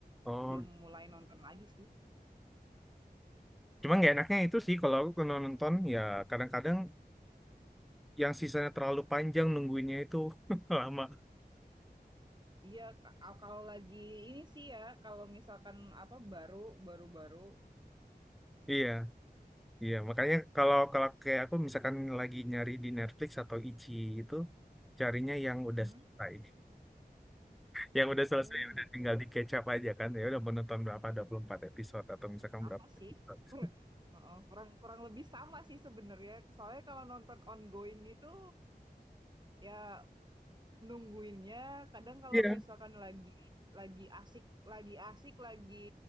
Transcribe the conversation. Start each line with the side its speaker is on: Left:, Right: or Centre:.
Centre: Oh,
Right: belum
Centre: gitu.
Right: mulai nonton lagi sih.
Centre: Cuma nggak enaknya itu sih kalau aku kalau nonton ya kadang-kadang yang sisanya terlalu panjang nungguinnya itu <laughs> lama.
Right: Iya, ka kalau lagi ini sih ya, kalau misalkan, apa, baru baru baru
Centre: Iya, iya. Makanya kalau kalau kayak aku misalkan lagi nyari di Netflix atau Ichi itu carinya yang udah
Right: mhm,
Centre: selesai. yang udah selesai
Right: oh
Centre: ya udah
Right: gitu.
Centre: tinggal di catch up aja kan ya udah menonton berapa 24 episode atau misalkan
Right: Sama
Centre: berapa
Right: sih,
Centre: episode
Right: kur heeh, kurang kurang lebih sama sih sebenarnya, soalnya kalau nonton ongoing itu, ya nungguinnya kadang kalau
Centre: iya
Right: misalkan lagi lagi asik lagi asik, lagi